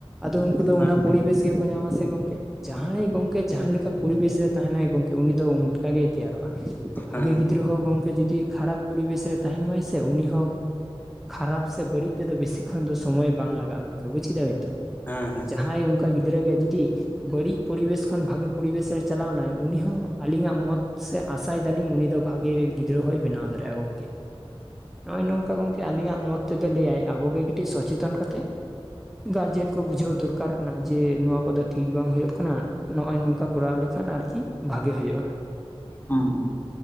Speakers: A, in the centre; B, on the left (about 20°).
A: ᱟᱫᱚ ᱩᱱᱠᱩ ᱫᱚ
B: ᱵᱟᱝ
A: ᱚᱱᱟ ᱯᱚᱲᱤᱵᱮᱥ ᱜᱮᱠᱚ ᱧᱟᱢᱟ ᱥᱮ ᱜᱚᱢᱠᱮ ᱡᱟᱦᱟᱸᱭ ᱼᱼ ᱜᱚᱢᱠᱮ ᱡᱟᱦᱟᱸ ᱞᱮᱠᱟ ᱯᱚᱲᱤᱵᱮᱥ ᱨᱮ ᱛᱟᱦᱮᱱᱟᱭ ᱜᱚᱢᱠᱮ ᱩᱱᱤ ᱫᱚ ᱚᱱᱠᱟ ᱜᱮ ᱛᱮᱭᱟᱨᱚᱜ-ᱟ, ᱵᱷᱟᱜᱮ
B: ᱦᱮᱸ
A: ᱜᱤᱫᱽᱨᱟᱹ ᱦᱚᱸ ᱜᱚᱝᱠᱮ ᱡᱩᱫᱤ ᱠᱷᱟᱨᱟᱯ ᱯᱚᱲᱤᱵᱮᱥ ᱨᱮ ᱛᱟᱦᱮᱱ ᱢᱟᱭ ᱥᱮ ᱩᱱᱤ ᱦᱚᱸ ᱠᱷᱟᱨᱟᱯ ᱥᱮ ᱵᱟᱹᱲᱤᱡᱼᱼ ᱛᱮᱫᱚ ᱵᱮᱥᱤ ᱠᱷᱚᱱ ᱫᱚ ᱥᱚᱢᱚᱭ ᱵᱟᱝ ᱞᱟᱜᱟᱜ-ᱟ ᱜᱚᱢᱠᱮ ᱵᱩᱪ‌ ᱠᱮᱫᱟ ᱵᱤᱱ ᱛᱚ᱾
B: ᱦᱮᱸ ᱦᱮᱸ
A: ᱟᱨ ᱡᱟᱦᱟᱸᱭ ᱚᱱᱠᱟ ᱜᱤᱫᱽᱨᱟᱹᱜᱮ ᱡᱩᱫᱤ ᱵᱟᱹᱲᱤᱡᱼᱼ ᱯᱚᱲᱤᱵᱮᱥ ᱠᱷᱚᱱ ᱵᱷᱟᱜᱮ ᱯᱚᱲᱤᱵᱮᱥᱨᱮ ᱪᱟᱞᱟᱣ ᱱᱟᱭ ᱩᱱᱤ ᱦᱚᱸ ᱟᱹᱞᱤᱧᱟᱜ ᱢᱚᱛ ᱥᱮ ᱟᱥᱟᱭ ᱫᱟᱞᱤᱧ ᱩᱱᱤ ᱫᱚ, ᱵᱷᱟᱜᱮ ᱜᱤᱫᱽᱨᱟᱹ ᱦᱚᱸᱭ ᱵᱮᱱᱟᱣ ᱫᱟᱨᱮᱜ-ᱟ ᱜᱚᱢᱠᱮ᱾ ᱱᱚᱜ-ᱚᱭ ᱱᱚᱝᱠᱟ ᱜᱚᱢᱠᱮ ᱟᱹᱞᱤᱧᱟᱜ ᱢᱚᱛ ᱛᱮᱫᱚ ᱞᱟᱹᱭᱟᱭ ᱟᱵᱚ ᱜᱮ ᱠᱟᱹᱴᱤᱡ ᱥᱚᱪᱮᱛᱚᱱ ᱠᱟᱛᱮᱜ ᱜᱟᱨᱡᱮᱱ ᱠᱚ ᱵᱩᱡᱷᱟᱹᱣ ᱫᱚᱨᱠᱟᱨ ᱠᱟᱱᱟ ᱡᱮ ᱱᱚᱣᱟ ᱠᱚᱫᱚ ᱴᱷᱤᱠ ᱵᱟᱝ ᱦᱩᱭᱩᱜ ᱠᱟᱱᱟ ᱱᱚᱜ-ᱚᱭ ᱱᱚᱝᱠᱟ ᱠᱚᱨᱟᱣ ᱞᱮᱠᱷᱟᱱ ᱟᱨᱠᱤ ᱵᱷᱟᱜᱤ ᱦᱩᱭᱩᱜ-ᱟ᱾
B: ᱦᱩᱸ᱾